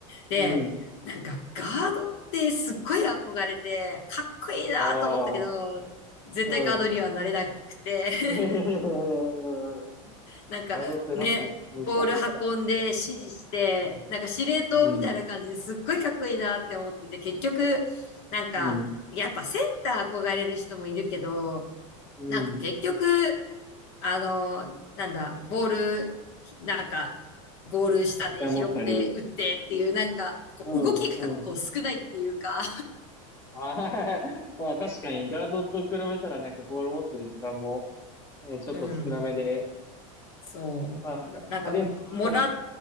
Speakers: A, on the left; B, on the left.
A: で、
B: うん。
A: なんかガードってすっごい憧れて、かっこいいなと思ったけど、
B: ああ、
A: 絶対ガードにはなれなくて
B: うん。うん
A: <laughs> なんかね、
B: ガードって確かに難しいから。
A: ボール運んで指示して、
B: うん。
A: なんか司令塔みたいな感じですっごいかっこいいなって思ってて、
B: うん。
A: 結局、なんか、
B: うん。
A: やっぱセンター憧れる人もいるけど、
B: うん。
A: なんか結局、あの、なんだ、ボール、なんか、ゴール下で拾って打ってっていう、
B: めっちゃ持ったり。
A: なんか、こう動きがこう少ないっていうか、
B: うん。うん。あー <laughs> まあ確かにガードと比べたらなんかボール持ってる時間も、ね、ちょっと少なめで、
A: うん、そう。
B: まあなんか派手さはない。
A: なんかも、もらっ